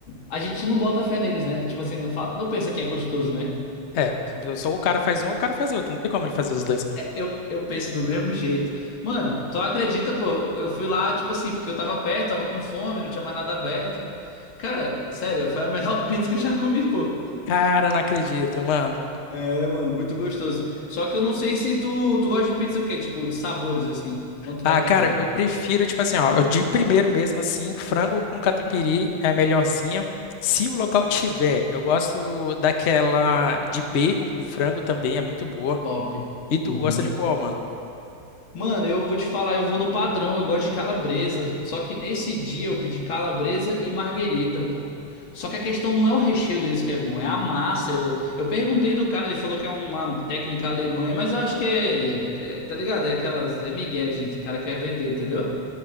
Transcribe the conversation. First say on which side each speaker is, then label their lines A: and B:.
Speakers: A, on the left; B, on the left.
A: A gente não bota fé neles, né? Tipo assim, não, fala, não pensa que é gostoso, né?
B: É, só o cara faz um ou o cara faz outro. Não tem como ele fazer os dois, mano.
A: Eu, eu penso do mesmo jeito. Mano, tu acredita, pô? Eu fui lá, tipo assim, porque eu tava perto, tava com fome, não tinha mais nada aberto. Cara, sério, foi a melhor <laughs> pizza que eu já comi, pô.
B: Cara, eu não acredito, mano.
A: É, mano, muito gostoso. Só que eu não sei se tu, tu gosta de pizza o quê? Tipo, de sabores, assim. Quanto
B: Ah,
A: vai pedir?
B: cara, eu prefiro, tipo assim, ó, eu de primeiro mesmo, assim, frango com catupiry é a melhorzinha. Se o local tiver, eu gosto daquela de bacon com frango também, é muito boa.
A: Top.
B: E tu
A: Uhum.
B: gosta de qual, mano?
A: Mano, eu vou te falar, eu vou no padrão, eu gosto de calabresa. Só que nesse dia eu pedi calabresa e marguerita, pô. Só que a questão não é o recheio deles que é bom, é a massa. Eu, eu perguntei do cara, ele falou que é uma técnica alemã, mas eu acho que é, é, tá ligado? É aquelas, é migué de, de cara que quer vender, entendeu?